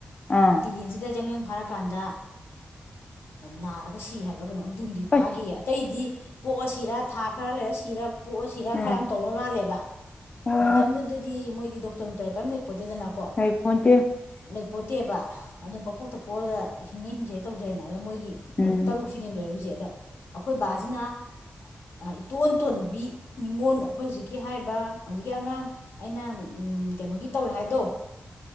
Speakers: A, on the left; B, on the left.
A: ꯑꯥ
B: ꯌꯦꯟꯁꯤꯗ ꯌꯥꯪ ꯌꯥꯪ ꯐꯥꯔꯀꯥꯟꯗ ꯅꯥꯔꯒ ꯁꯤ ꯍꯥꯏꯕ꯭ꯔꯥ ꯀꯩꯅꯣ ꯑꯝ ꯝꯗꯤ ꯐꯥꯒꯦ
A: ꯑꯁ
B: ꯑꯇꯩꯗꯤ ꯄꯣꯛꯑ ꯁꯤꯔ ꯊꯥ ꯈꯔ ꯂꯩꯔ ꯁꯤꯔ ꯄꯣꯛꯑꯁꯤꯔ
A: ꯎꯝ
B: ꯈꯔ ꯌꯥꯝ ꯇꯧꯔ ꯃꯥꯜꯂꯦꯕ
A: ꯑꯣ
B: ꯃꯇꯝꯗꯨꯗꯗꯤ ꯃꯣꯏꯗꯤ ꯗꯣꯛꯇꯔ ꯅꯨꯡꯇꯔ ꯀꯔꯤꯝ ꯂꯩꯄꯣꯠꯇ‌ꯦꯗꯅ
A: ꯂꯩꯄꯣꯟꯇꯦ
B: ꯂꯩ ꯄꯣꯟꯇꯦꯕ ꯑꯗꯨꯝ ꯄꯪꯄꯣꯛꯇ ꯄꯣꯛꯑꯒ ꯍꯤꯡꯉ ꯍꯤꯡꯖꯔ‌ꯦ ꯇꯧꯖꯔ‌ꯦꯅ ꯑꯗꯨ ꯃꯣꯏꯒꯤ
A: ꯎꯝ
B: ꯇꯔꯨꯛꯁꯤꯅꯦꯕ ꯂꯩꯔꯛꯏꯁꯦ ꯑꯗ ꯑꯩꯈꯣꯏ ꯕꯥꯁꯤꯅ ꯑꯥ ꯏꯇꯣꯟꯇꯣꯟꯕꯤ ꯅꯤꯉꯣꯟꯜꯗ ꯑꯩꯈꯣꯏ ꯍꯧꯖꯤꯛꯀꯤ ꯍꯥꯏꯔꯤꯕ ꯍꯧꯖꯤꯛꯀꯤ ꯑꯉꯥꯡ ꯑꯩꯅ ꯎꯝ ꯀꯩꯅꯣꯒꯤ ꯇꯧꯋꯦ ꯍꯥꯏꯗꯣ